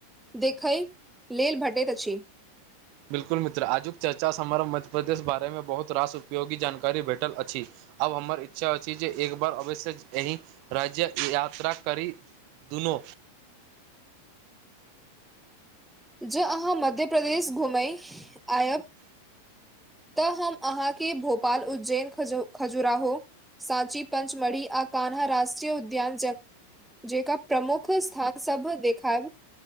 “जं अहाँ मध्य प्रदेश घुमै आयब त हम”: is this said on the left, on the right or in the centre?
Centre